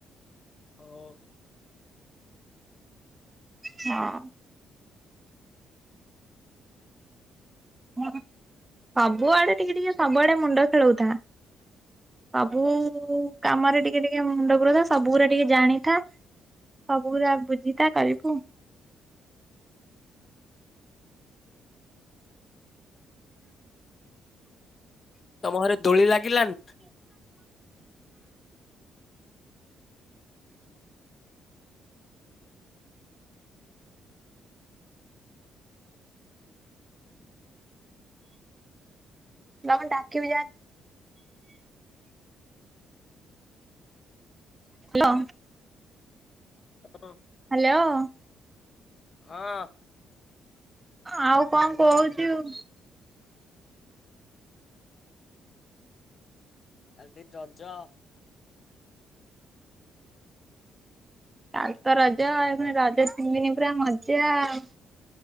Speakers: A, on the left (about 40°); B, on the right (about 15°).
A: ଅଓ,
B: ହଁ। ହୁଁ, ସବୁଆଡେ ଟିକେଟିକେ ସବୁଆଡେ ମୁଣ୍ଡ ଖେଳଉଥା। ସବୁ କାମରେ ଟିକେଟିକେ ମୁଣ୍ଡ ପୁରଉଥା ସବୁଗୁରା ଟିକେ ଜାଣିଥା ସବୁଗୁରା ବୁଝିଥା କାଲ୍ କୁ
A: ତମ ଘରେ ଦୋଳି ଲାଗିଲାନ୍?
B: ବାବା ଡାକିବୁ ଯାଆନି। ଲୋ!
A: ହଁ।
B: ହେଲୋଓଁ!
A: ହଁ।
B: ଆଉ କଣ କହୁଚୁ?
A: ଆ ଦେଇ ରଜ
B: କାଲିତ ରଜ ଆଉ, ଫୁଣି ରଜ ତିନଦିନ ପୁରା ମଜା ଆଉ।